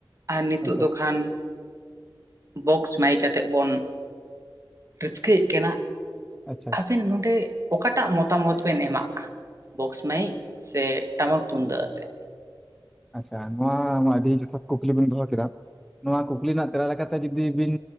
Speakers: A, on the right; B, in the centre.
A: ᱟᱨ ᱱᱤᱛᱚᱜ
B: ᱟᱪᱪᱷᱟ
A: ᱫᱚ ᱠᱷᱟᱱ ᱵᱚᱠᱥ ᱢᱟᱭᱤᱠ ᱟᱛᱮᱫ ᱵᱚᱱ ᱨᱟᱹᱥᱠᱟᱹᱭᱮᱫ ᱠᱟᱱᱟ
B: ᱟᱪᱪᱷᱟ ᱟᱪᱪᱷᱟ
A: ᱟᱵᱮᱱ ᱱᱚᱰᱮ ᱚᱠᱟᱴᱟᱜ ᱢᱚᱛᱟᱢᱚᱛ ᱵᱮᱱ ᱮᱢᱟᱜᱼᱟ ᱵᱚᱠᱥ ᱢᱟᱭᱤᱠ ᱥᱮ ᱴᱟᱢᱟᱠ ᱛᱩᱢᱫᱟᱹᱜ ᱟᱛᱮᱫ
B: ᱟᱪᱪᱷᱟ ᱱᱚᱣᱟ ᱢᱟ ᱟᱹᱰᱤ ᱡᱚᱛᱷᱟᱛ ᱠᱩᱠᱞᱤ ᱵᱮᱱ ᱫᱚᱦᱚ ᱠᱮᱫᱟ ᱱᱚᱣᱟ ᱠᱩᱠᱞᱤ ᱨᱮᱱᱟᱜ ᱛᱮᱞᱟ ᱞᱮᱠᱟᱛᱮ ᱡᱩᱫᱤ ᱵᱤᱱ